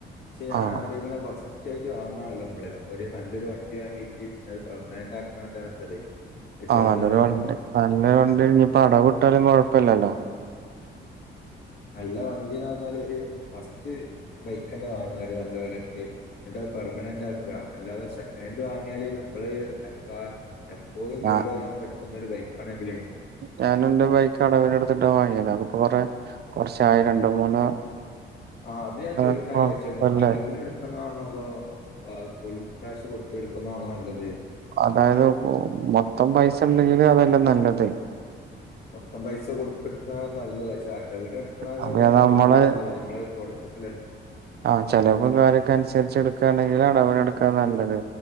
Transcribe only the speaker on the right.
ആഹ്
ആഹ് നല്ലൊരു വണ്ടി നല്ലൊരു വണ്ടി ഇനിയിപ്പം അടവ് ഇട്ടാലും കൊഴപ്പില്ലല്ലോ
ഞാ
ഞാൻ എന്റെ ബൈക്ക് അടവിന് എടുത്തിട്ടാ വാങ്ങിയത് അപ്പോ കൊറേ കുറച്ചായെ രണ്ട് മൂന്ന്
ഇപ്പൊ
കൊല്ലായി
അതായത് മൊത്തം പൈസ ഉണ്ടെങ്കില് അതല്ലേ നല്ലത്
അപ്പൊ നമ്മള്
ആഹ് ചിലവും കാര്യമൊക്കെ അനുസരിച്ച് എടുക്കുകയാണെങ്കിൽ അടവിന് എടുക്കാ നല്ലത്